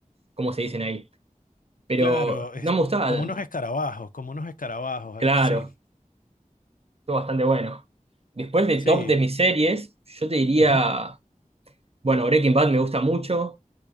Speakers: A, on the right (about 45°); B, on the left (about 80°).
A: cómo se dicen ahí. Pero
B: Claro, es
A: no me gustaba
B: como
A: tanto.
B: unos escarabajos, como unos escarabajos,
A: Claro,
B: algo así.
A: estuvo bastante bueno. Después de
B: Sí.
A: top de mis series, yo te diría,
B: ujú.
A: bueno, Breaking Bad me gusta mucho.